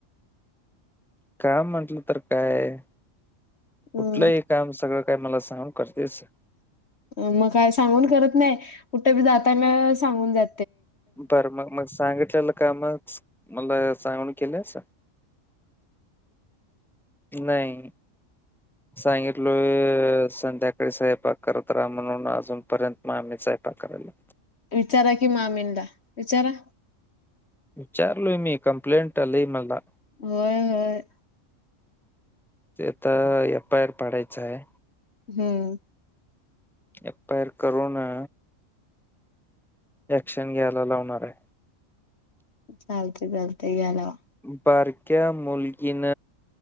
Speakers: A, in the centre; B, on the left (about 55°).
A: काम म्हणटलं तर कायं
B: हम्म
A: कुठलंही काम सगळं काय मला सांग करतेसं
B: मग काय सांगून करत नाय कुठे बी जातान सांगून जा
A: बर मग मग सांगितलेलं कामचं मला सांगून केलंस? नाही सांगितलोय संध्या सयपाक करत रहा म्हणून अजूनपर्यंत मामीच सयपाक कराल्या.
B: विचारा की मामींदा विचारा.
A: विचारलोय मी कम्प्लेंट आली मला.
B: होयं होयं.
A: ते तर एप आयर पाडायचाय.
B: हम्म्म.
A: एपायर करुना ॲक्शन घ्यायला लावणाराय.
B: चालतंय चालतंय या लावा.
A: बारक्या मुलगीन